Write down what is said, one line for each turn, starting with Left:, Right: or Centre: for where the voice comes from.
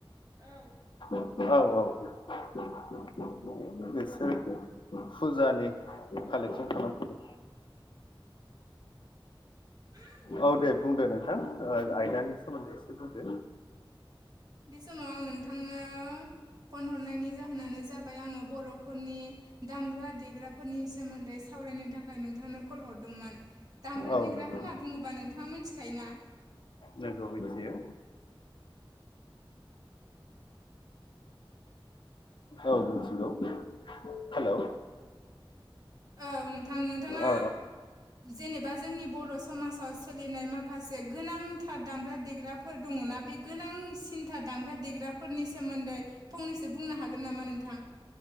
Right: औ
Left: औ औ <unintelligible> बिसोर फुजानि कालेक्सन खालामफैदो
Right: <inaudible>
Left: औ दे बुंदो नोंथां ओ आयदानि सोमोन्दै एसे बुंदो
Right: बि समाव आं नोंथांनो फन हरनायनि जाहोनानो ज जाबाय आङो बर'फोरनि दामग्रा देग्राफोरनि सोमोन्दै सावरायनो थाखाय नोंथांनो कल हरदोंमोन दामग्रा
Left: औ
Right: देग्रा
Left: नंगौ
Right: होनना बुङोबा नोंथाङा मिथिखायोना
Left: नोंगौ मिथियो औ मिथिगौ हेलौ
Right: औ नोंथां नोंथाङा
Left: औ
Right: जेनेबा जोंनि बर' समाजाव सोलिनाय माखासे गोनांथार दामग्रा देग्रा फोर दङनाा बे गोनांसिन्थार दामग्रा देग्राफोरनि सोमोन्दै फंनैसो बुंनो हागोन नामा नोंथां